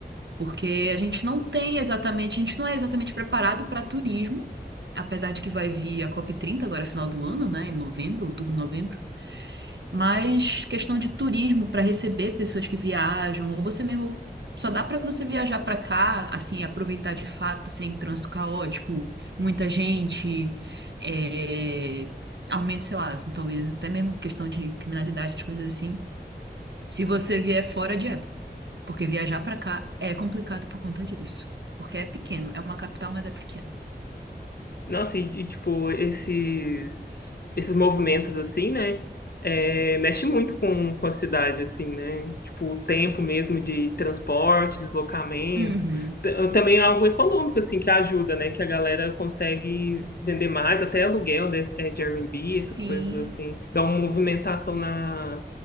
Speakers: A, on the right; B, on the left.
A: porque a gente não tem exatamente, a gente não é exatamente preparado para turismo, apesar de que vai vir a COP30 agora, final do ano, né, em novembro, outubro, novembro. Mas questão de turismo para receber pessoas que viajam, ou você mesmo só dá para você viajar para cá, assim, aproveitar de fato, sem trânsito caótico, muita gente, é, aumento, sei lá, talvez até mesmo questão de criminalidade, essas coisas assim. Se você vier fora de época. Porque viajar pra cá é complicado por conta disso. Porque é pequeno, é uma capital, mas é pequeno.
B: Nossa, e, e, tipo, esses, esses movimentos, assim, né? É, mexe muito com, com a cidade, assim, né? Tipo, o tempo mesmo de transporte, deslocamento.
A: Uhum.
B: T- Também é algo econômico, assim, que ajuda, né? Que a galera consegue vender mais, até aluguel desse, é, de Airbnb,
A: Sim,
B: essas coisas assim. Dá uma movimentação na,